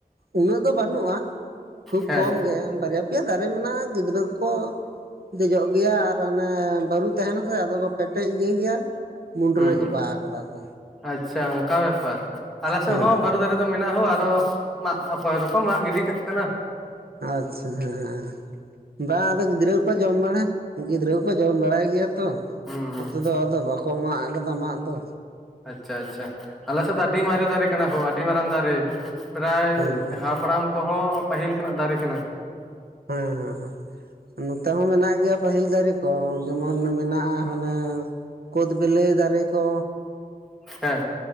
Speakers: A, on the right; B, in the centre.
A: ᱩᱱᱟᱹᱜ ᱫᱚ ᱵᱟᱹᱱᱩᱜ-ᱟ ᱠᱷᱩᱵ
B: ᱦᱮᱸ
A: ᱠᱚᱢ ᱜᱮ ᱵᱟᱨᱭᱟ ᱯᱮᱭᱟ ᱫᱟᱨᱮ ᱢᱮᱱᱟᱜᱼᱟ ᱜᱤᱫᱽᱨᱟᱹ ᱠᱚᱠᱚ ᱼᱼ ᱫᱮᱡᱚᱜ ᱜᱮᱭᱟ ᱟᱨ ᱚᱱᱮ ᱵᱟᱹᱨᱩ ᱛᱟᱦᱮᱱᱟᱥᱮ ᱟᱫᱚ ᱠᱚ ᱯᱮᱴᱮᱡ ᱤᱭᱟᱹᱭ ᱜᱮᱭᱟ। ᱢᱩᱰᱨᱤᱟᱹ
B: ᱦᱩᱸ ᱦᱩᱸ
A: ᱪᱟᱵᱟ ᱠᱟᱫᱟ ᱠᱚ᱾
B: ᱟᱪᱪᱷᱟ ᱚᱱᱠᱟ ᱵᱮᱯᱟᱨ᱾ ᱟᱞᱮ ᱥᱮᱫ
A: ᱦᱮᱸ
B: ᱦᱚᱸ ᱵᱟᱨᱩ ᱫᱟᱨᱮ ᱼᱼ ᱱᱚᱛᱮ ᱫᱚ ᱢᱮᱱᱟᱜ ᱦᱳ ᱟᱫᱚ ᱢᱟᱜ ᱚᱠᱚᱭ ᱫᱚᱠᱚ ᱢᱟᱜ ᱜᱤᱰᱤ ᱠᱟᱜ ᱠᱟᱱᱟ᱾
A: ᱟᱪᱪᱷᱟ ᱦᱮᱸ ᱦᱮᱸ ᱵᱟᱝ ᱟᱫᱚ ᱜᱤᱫᱽᱨᱟᱹ ᱠᱚᱠᱚ ᱡᱚᱢ ᱵᱟᱲᱟ ᱜᱤᱫᱽᱨᱟᱹ ᱠᱚᱠᱚ ᱡᱚᱢ ᱵᱟᱲᱟᱭ ᱜᱮᱭᱟ ᱛᱚ
B: ᱦᱩᱸ ᱦᱩᱸ
A: ᱱᱚᱛᱮ ᱫᱚ ᱟᱫᱚ ᱵᱟᱠᱚ ᱢᱟᱜ ᱟᱠᱟᱫᱟ ᱢᱟᱜ ᱫᱚ᱾
B: ᱟᱪᱪᱷᱟ ᱟᱪᱪᱷᱟ, ᱟᱞᱮ ᱥᱮᱫ ᱫᱚ ᱟᱹᱰᱤ ᱢᱟᱨᱮ ᱫᱟᱨᱮ ᱠᱟᱱᱟ ᱦᱳ, ᱟᱹᱰᱤ ᱢᱟᱨᱟᱝ ᱫᱟᱨᱮ᱾ ᱯᱨᱟᱭ
A: ᱦᱮᱸ
B: ᱦᱟᱯᱲᱟᱢ ᱠᱚᱦᱚᱸ ᱯᱟᱹᱦᱤᱞ ᱠᱷᱚᱱᱟᱜ ᱫᱟᱨᱮ ᱠᱟᱱᱟ᱾
A: ᱦᱮᱸ ᱦᱮᱸ ᱦᱮᱸ ᱱᱚᱛᱮ ᱦᱚᱸ ᱢᱮᱱᱟᱜ ᱜᱮᱭᱟ ᱯᱟᱹᱦᱤᱞ ᱫᱟᱨᱮ ᱠᱚ ᱡᱮᱢᱚᱱ ᱢᱮᱱᱟᱜᱼᱟ ᱦᱟᱱᱮ ᱠᱩᱫᱽ ᱵᱤᱞᱤ ᱫᱟᱨᱮ ᱠᱚ᱾
B: ᱦᱮᱸ